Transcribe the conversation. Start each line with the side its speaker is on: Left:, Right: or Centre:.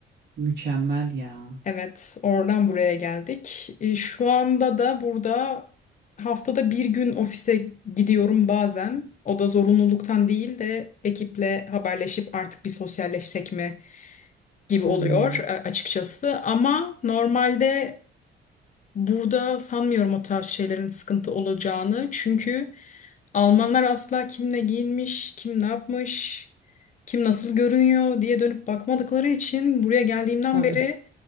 Right: Mükemmel ya.
Left: Evet, oradan buraya geldik. E, Şu anda da burada haftada bir gün ofise gidiyorum bazen. O da zorunluluktan değil de ekiple haberleşip artık bir sosyalleşsek mi gibi oluyor
Right: Hı hı.
Left: e, açıkçası. Ama normalde Burada sanmıyorum o tarz şeylerin sıkıntı olacağını. Çünkü Almanlar asla kim ne giyinmiş, kim ne yapmış, kim nasıl görünüyor diye dönüp bakmadıkları için buraya geldiğimden
Right: Tabii.
Left: beri